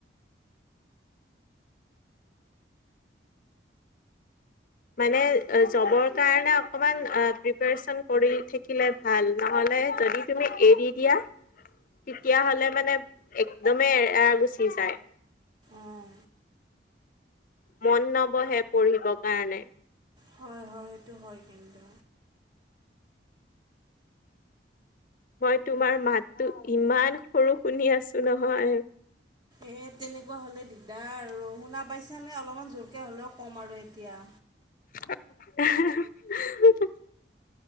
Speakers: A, on the left; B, on the right.
A: মানে জবৰ কাৰণে অকণমান প্ৰিপেৰচন কৰি থাকিলে ভাল নহ'লে যদি তুমি এৰি দিয়া তেতিয়া হলে মানে একদমেই এৰা গুচি যায়
B: অঁ
A: মন নবহে পঢ়িবৰ কাৰণে
B: হয় হয় সেইটো হয় কিন্তু
A: মই তোমাৰ মাততো ইমান সৰু শুনি আছো নহয়
B: এই তেনেকুৱা হ'লে দিগদাৰ আৰু শুনা পাইছানে অলপমান জোৰকৈ হ'লেও ক'ম আৰু এতিয়া
A: <unintelligible>